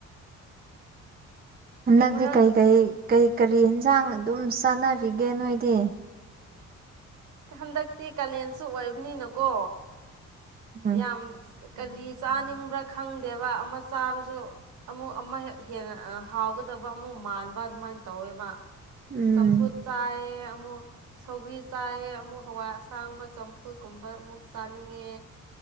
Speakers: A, on the right (about 30°); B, on the right (about 75°).
A: ꯍꯟꯗꯛꯇꯤ
B: ꯃꯔꯛ
A: ꯀꯩꯀꯩ ꯀꯩ ꯀꯔꯤ ꯌꯦꯟꯁꯥꯡ ꯑꯗꯨꯝ ꯆꯥꯟꯅꯔꯤꯒꯦ ꯅꯣꯏꯗꯤ
B: ꯍꯟꯗꯛꯇꯤ ꯀꯥꯂꯦꯟꯁꯨ ꯑꯣꯏꯕꯅꯤꯅꯀꯣ
A: ꯎꯝ
B: ꯌꯥꯝ ꯀꯔꯤ ꯆꯥꯅꯤꯡꯕ꯭ꯔꯥ ꯈꯪꯗꯦꯕ ꯑꯃ ꯆꯥꯔꯁꯨ ꯑꯃꯨꯛ ꯑꯃ ꯍꯦꯟꯅ ꯍꯥꯎꯒꯗꯕ ꯑꯃꯨꯛ ꯃꯥꯟꯕ ꯑꯗꯨꯃꯥꯏꯅ ꯇꯧꯋꯦꯕ
A: ꯎꯝ
B: ꯆꯝꯐꯨꯠ ꯆꯥꯏ ꯑꯃꯨꯛ ꯁꯧꯒ꯭ꯔꯤ ꯆꯥꯏꯌꯦ ꯑꯃꯨꯛ ꯍꯋꯥꯏ ꯑꯁꯥꯡꯕ ꯆꯝꯐꯨꯠ ꯀꯨꯝꯕ ꯑꯃꯨꯛ ꯆꯥꯅꯤꯡꯉꯦ